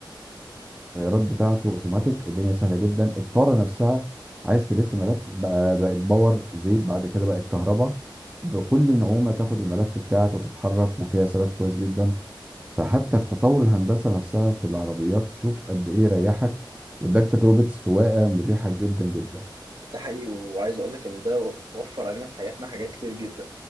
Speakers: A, on the right; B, on the right.
A: التغييرات بتاعته اوتوماتيك الدنيا سهله جدا الطاره نفسها عايز تلف ملف بقى بقت باور زيت بعد كده بقت كهرباء بكل نعومه تاخد الملف بتاعك وتتحرك وفيها ثبات كويس جدا فحتى في تطور الهندسه نفسها في العربيات شوف قد ايه ريحك واداك تجربه سواقه مريحه جدا جدا
B: ده حقيقي وعايز اقول لك ان ده و- وفر علينا في حياتنا حاجات كتير جدا